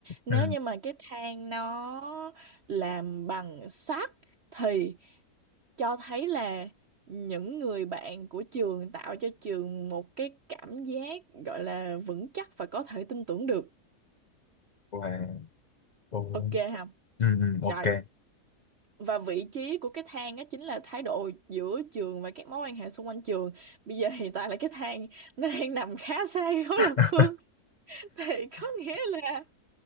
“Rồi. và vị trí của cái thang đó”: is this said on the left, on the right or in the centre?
Right